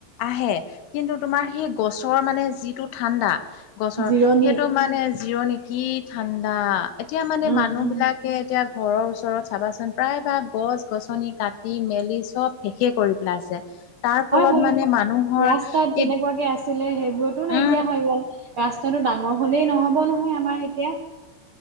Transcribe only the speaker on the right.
জিৰণি।
উম
উম
<inaudible> ৰাস্তাত
যেনেকুৱাকে
আছিলে সেইবোৰতো
নাইকিয়া হৈ গল। ৰাস্তাটো ডাঙৰ হলেই নহ'ব নহয় আমাৰ এতিয়া,